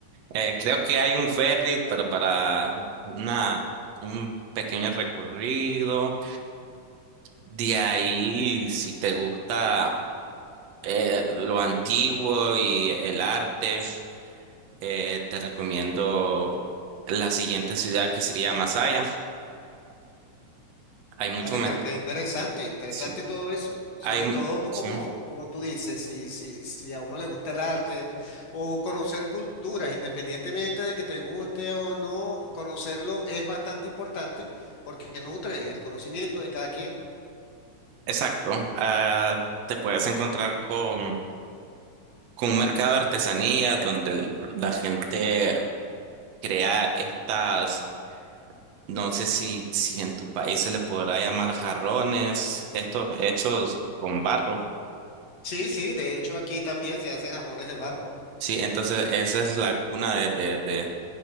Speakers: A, on the right; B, on the left.
A: Eh, creo que hay un ferry, pero para una, un pequeño recorrido. De ahí, si te gusta eh, lo antiguo y el arte, eh, te recomiendo la siguiente ciudad que sería Masaya. Hay mucho...
B: ¿vale?
A: me-
B: Pero qué interesante, interesante
A: sí,
B: todo eso, sobre
A: hay,
B: todo
A: sí,
B: como, como tú dices, si, si, si a uno le gusta el arte o conocer culturas, independientemente de que te guste o no, conocerlo es bastante importante porque nutres el conocimiento de cada quien.
A: exacto. Ah, te puedes encontrar con... con un mercado de artesanías donde el- la gente crea estas, no sé si, si en tu país se le podrá llamar jarrones, estos hechos con barro.
B: Sí, sí, de hecho aquí también se hacen jarrones de barro.
A: Sí, entonces esa es la cuna de, de, de,